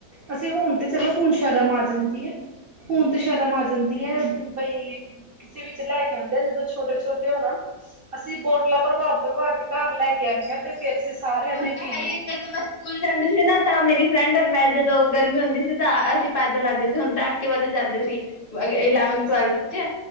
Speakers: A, on the right; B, on the left.
A: ਅਸੀਂ ਹੁਣ ਤੇ ਚਲੋ ਹੁਣ ਸ਼ਰਮ' ਆ ਜਾਂਦੀ ਹੈ। ਹੁਣ ਤੇ ਸ਼ਰਮ' ਆ ਜਾਂਦੀ ਹੈ ਬਈ। ਕਿਸੇ ਵਿੱਚ ਲੈ ਕੇ ਆਉਂਦੇ ਆ ਜਦੋਂ ਛੋਟੇ ਛੋਟੇ ਹੋ ਨਾ ਅਸੀਂ 'ਬੋਟਲਾਂ' ਪ੍ਰਭਾਵ, ਪ੍ਰਭਾਵ ਕੇ ਘਰ ਲੈ ਕੇ। ਆਇਆਂ ਤੇ ਫੇਰ ਅਸੀਂ ਸਾਰਿਆਂ
B: ਉਹ
A: ਨੇ ਪੀਣੀਆਂ।
B: <inaudible> ਸਕੂਲ ਜਾਂਦੀ ਸੀ ਨਾ, ਤਾਂ ਮੇਰੀ 'ਫਰੈਂਡ' ਔਰ ਮੈਂ ਜਦੋਂ ਗਰਮੀ ਹੁੰਦੀ ਸੀ, ਤਾਂ ਅਸੀਂ ਪੈਦਲ ਆਉਂਦੇ ਸੀ ਹੁਣ ਤੱਕ। ਵਧ ਜਾਂਦੇ ਸੀ, ਇਲੈਵ
A: ਅੱਛਾ-ਅੱਛਾ
B: ਟਵਲਥ ਚ